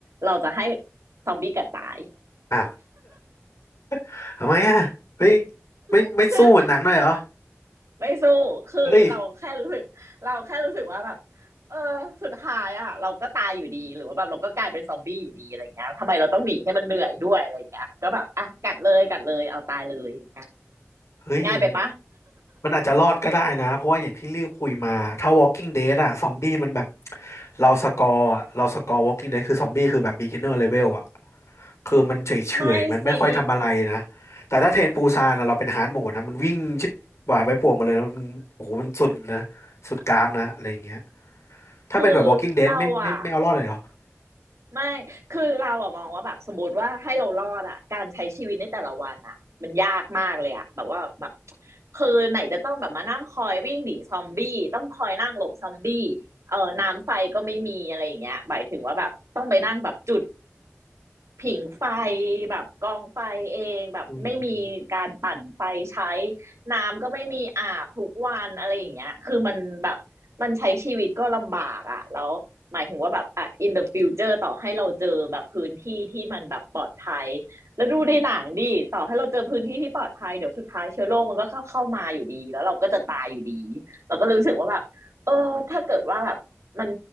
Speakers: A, on the right; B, on the left.
A: เราจะให้ซอมบี้กัดตาย
B: อ้าว <laughs> ทำไมอ่ะไม่ไม่ไม่สู้เหมือนหนังหน่อยเหรอ
A: <laughs> ไม่สู้ คือเราแค่รู้สึกเราแค่รู้สึกว่าแบบ
B: เฮ้ย
A: เออ สุดท้ายอ่ะ เราก็ตายอยู่ดี หรือว่าแบบเราก็กลายเป็นซอมบี้อยู่ดีอะไรเงี้ยทำไมเราต้องหนีให้มันเหนื่อยด้วยอะไรเงี้ยก็แบบ อ่ะ กัดเลยกัดเลยเอาตายเลยอย่างเงี้ย
B: เฮ้ยมัน
A: ง่ายไปปะ
B: มันอาจจะรอดก็ได้นะเพราะว่าอย่างที่ลี่คุยมาถ้า Walking Dead อะซอมบี้มันแบบเราสกอร์อะเราสกอร์ Walking Dead คือซอมบี้คือแบบ beginner level อะ คือมันเฉยเฉยมันไม่ค่อยทำอะไรนะ
A: ไม่สิ
B: แต่ถ้าเทรนปูซานนะเราเป็นฮาร์ดโหมดนะมันวิ่งชิบหวายไปป่วงมาเลยนะมันโอ้โหมันสุดนะ สุดกรามนะอะไรอย่างเงี้ยถ้าเป็นแบบ
A: คือเราอะ
B: Walking Dead ไม่ไม่ไม่เอารอดเลยเหรอ
A: ไม่ คือเราอะมองว่าแบบสมมติว่าให้เรารอดอะการใช้ชีวิตในแต่ละวันอะมันยากมากเลยอะแบบว่าแบบคือไหนจะต้องแบบมานั่งคอยวิ่งหนีซอมบี้ต้องคอยนั่งหลบซอมบี้เออน้ำไฟก็ไม่มีอะไรอย่างเงี้ยหมายถึงว่าแบบต้องไปนั่งแบบจุด ผิงไฟแบบกองไฟเองแบบไม่มีการปั่นไฟใช้
B: อืม
A: น้ำก็ไม่มีอาบทุกวันอะไรอย่างเงี้ยคือมันแบบมันใช้ชีวิตก็ลำบากอะแล้วหมายถึงว่าแบบอ่ะ in the future ต่อให้เราเจอแบบพื้นที่ที่มันแบบปลอดภัยแล้วดูในหนังดิต่อให้เราเจอพื้นที่ที่ปลอดภัยเดี๋ยวสุดท้ายเชื้อโรคมันก็เข้าเข้ามาอยู่ดีแล้วเราก็จะตายอยู่ดีเราก็ลรู้สึกว่าแบบเออถ้าเกิดว่าแบบ มัน